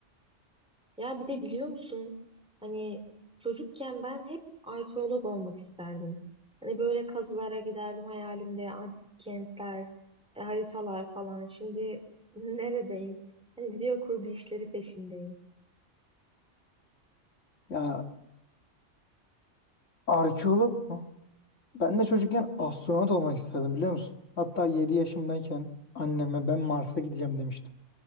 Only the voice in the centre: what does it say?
Ya bir de biliyor musun? Hani çocukken ben hep arkeolog olmak isterdim. Hani böyle kazılara giderdim hayalimde antik kentler, e, haritalar falan. Şimdi neredeyim? Hani video kurgu işleri peşindeyim.